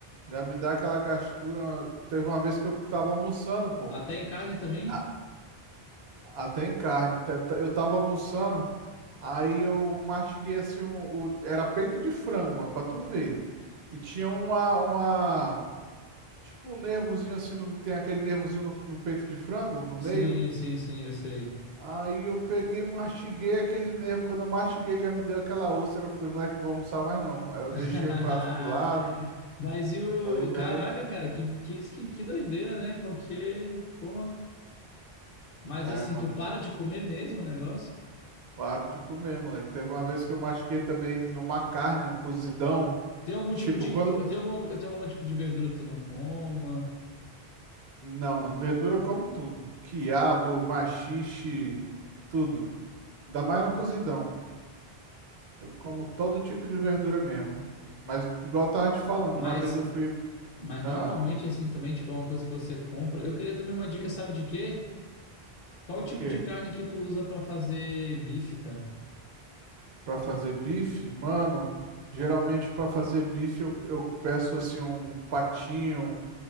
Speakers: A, on the right (about 75°); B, on the left (about 60°).
A: Já me dá aquela gastura. Teve uma vez que eu tava almoçando, pô.
B: Até em carne também?
A: a- Até em carne. Te- te- Eu tava almoçando, aí eu mastiguei assim um. o- Era peito de frango, mano, pra tu ver. E tinha uma, uma. Tipo um nervozinho assim, no- tem aquele nervozinho no, no peito de frango, no meio.
B: Sim, sim, sim, eu sei.
A: Aí eu peguei, mastiguei aquele nervo. Quando eu mastiguei, já me deu aquela úlcera. Eu falei, moleque, não vou almoçar mais não. Aí eu
B: <laughs>
A: deixei o prato de lado.
B: Mas e o.
A: Falei, véi.
B: Caraca, cara, que, que, que, que doideira, né? Porque, porra. Mas
A: É,
B: assim,
A: mano.
B: tu para de comer mesmo o negócio?
A: Claro de comer, moleque. Teve uma vez que eu machuquei também numa carne, um cozidão.
B: Tem algum
A: Tipo,
B: tipo de.
A: quando.
B: co- Tem alguma, tem algum tipo de verdura que tu não coma?
A: Não, mano, verdura eu como tudo. Quiabo, maxixe, tudo. Ainda mais no cozidão. Eu como todo tipo de verdura mesmo. Mas, igual eu tava te falando,
B: Mas,
A: uma vez eu fui.
B: mas
A: Ah,
B: normalmente, assim, também, tipo, é uma coisa que você compra. Eu queria também uma dica, sabe de quê? Qual
A: o
B: o tipo
A: quê?
B: de carne que tu usa pra fazer bife, cara?
A: Pra fazer bife? Mano, geralmente pra fazer bife eu, eu peço assim um patinho